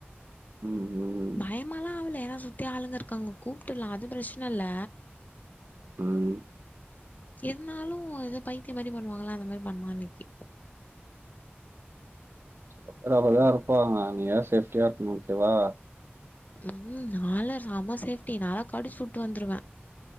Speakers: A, on the right; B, on the left.
A: ம் ம்
B: பயமாலா ஆவல எனா சுத்தி ஆளுங்க இருக்காங்க கூப்ட்டுல்லா அது பிரச்ன இல்ல
A: ம்
B: இருந்தாலு எதோ பைத்தியமாரி பண்ணுவாங்களா அந்த மாரி பண்ணா அன்னைக்கி
A: சில பேரு அப்பதா இருப்பாங்க நீதா சேப்டியா இருக்னு ஓகேவா
B: ம் நாலா செம சேஃப்டி நாலா கடிச்சுவுட்டு வந்துருவே